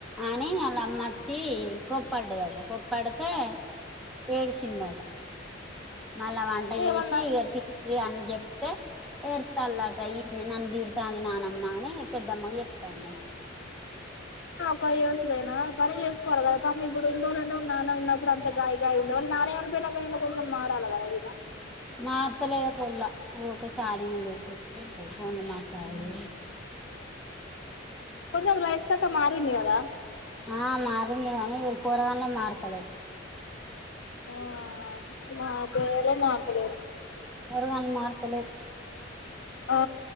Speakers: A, in the centre; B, on the left (about 80°).
A: అని వాళ్ళ అమ్మ వచ్చి కొప్పడ్డదట కొప్పడితే ఏడిచిందట మళ్ళా వంట చేసి
B: ఏమన్నా
A: ఇక ఇగ అని చెప్తే పెడతంటద నేనంది ఈడితో అంది నానమ్మనే పెద్దమ్మ చెప్తాన్నారు
B: ఫైవ్ ఇయర్స్ కైనా పని చేసుకోవాలి కదా పాపం ఇప్పుడు ఇన్ని రోజులు మన నాన్న ఉన్నప్పుడు అంత గాయ గాయ ఉండేవాళ్ళునాని చనిపోయినాకైన కొంచెం చం మారాలగద వీడు
A: మారతలే ఏద పోలా ఓక సారంగ్ లేసు <unintelligible> ఫోన్లు మాట్లాడుడు
B: కొంచెం రైస్ తాకా మారింది కద దా
A: ఆ మారింది గానీ పోరగల్లే మారుతలే
B: ఆ మా పేర మాతలేరు
A: పోరగల్ మరతలేర్
B: ఆ